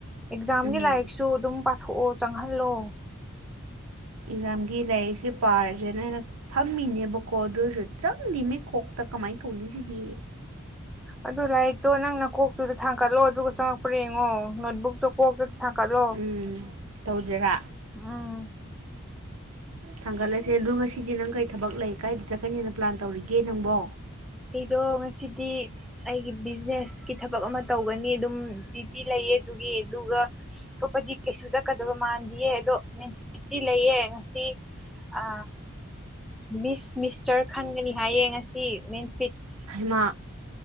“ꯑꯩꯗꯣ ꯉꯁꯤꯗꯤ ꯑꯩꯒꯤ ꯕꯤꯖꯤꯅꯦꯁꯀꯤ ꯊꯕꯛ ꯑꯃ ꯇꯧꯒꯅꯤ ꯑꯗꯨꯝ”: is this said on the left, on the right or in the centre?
Centre